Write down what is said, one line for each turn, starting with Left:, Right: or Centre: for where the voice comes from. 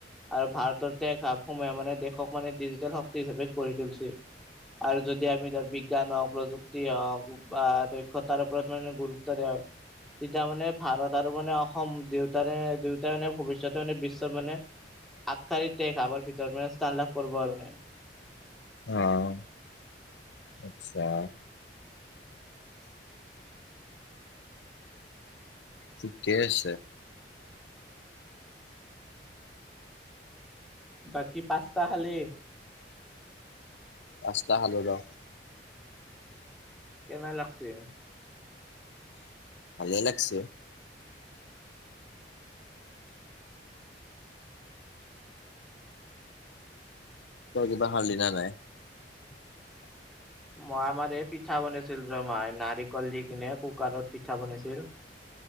Centre: আৰু ভাৰতৰ ভাৱ সমূহে মানে দেশক মানে ডিজিটেল শক্তি হিচাপে গঢ়ি তুলিছে। আৰু যদি য আমি ধৰ বিজ্ঞান হওঁক প্ৰযুক্তি হওঁক বা দক্ষতাৰ ওপৰত মানে গুৰুত্ব দিয়া হয়। তেতিয়া মানে ভাৰত আৰু মানে অসম দেউতাৰে দেউতাই মানে ভৱিষ্যতে মানে বিশ্বত মানে আঠ তাৰিখে ত খাবাৰ ভিতৰত স্থান লাভ কৰিব আৰু-
Left: আহ আচ্ছা থিকেই আছে।
Centre: বাকী পাঁচটা খালি-
Left: পাঁচটা খালো ৰ-
Centre: কেনে লাগছে।
Left: ভালে লাগছে। তই কিবা খালি নে নাই। খালো।
Centre: মই আমাৰ এই পিঠা বনাইছিল ৰ মাই নাৰিকল দি কিনে কুকাৰত পিঠা বনাইছিল।